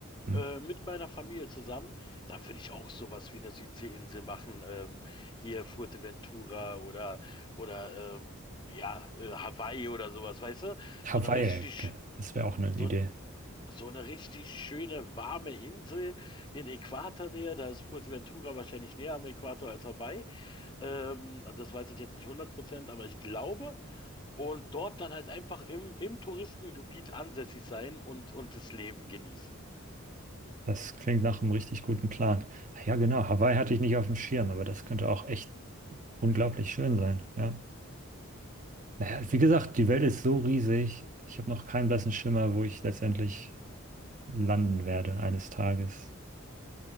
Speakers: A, on the right (about 35°); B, on the left (about 20°).
A: hm,
B: äh, mit meiner Familie zusammen, da würde ich auch sowas wie eine Südseeinsel machen, ähm, hier Fuerteventura oder oder ähm, ja äh, Hawaii oder sowas, weißt du?
A: Hawaii,
B: So eine richtig
A: ge- das wäre auch eine Idee.
B: so so eine richtig schöne warme Insel in Äquatornähe, da ist Fuerteventura wahrscheinlich näher am Äquator als Hawaii. Ähm, das weiß ich jetzt nicht hundert Prozent, aber ich glaube. Und dort dann halt einfach im, im Touristengebiet ansässig sein und, und das Leben genießen.
A: Das klingt nach einem richtig guten Plan. Ja, genau, Hawaii hatte ich nicht auf dem Schirm, aber das könnte auch echt unglaublich schön sein. Ja. Naja, wie gesagt, die Welt ist so riesig. Ich habe noch keinen blassen Schimmer, wo ich letztendlich landen werde eines Tages.